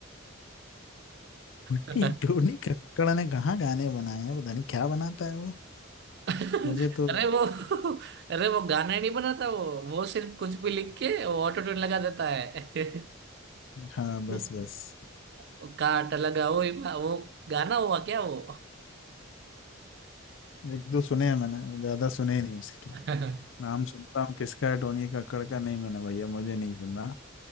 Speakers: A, on the left; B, on the right.
A: <laughs> उन्हीं
B: <laughs>
A: धोनी कक्कड़ ने कहाँ गाने बनाए हैं पता नहीं क्या बनाता है वो
B: <laughs> अरे
A: मुझे तो
B: वो अरे वो गाना नहीं बनाता वो वो सिर्फ कुछ भी लिख के वो ऑटो ट्यून लगा देता है <laughs>
A: हाँ बस
B: वो
A: बस
B: वो काट लगा वो इमा- वो गाना हुआ क्या वो
A: एक दो सुने हैं मैंने ज्यादा सुने ही नहीं उसके
B: <laughs>
A: नाम सुनता हूँ किसका है टोनी कक्कड़ का नहीं मैंने भैया मुझे नहीं सुनना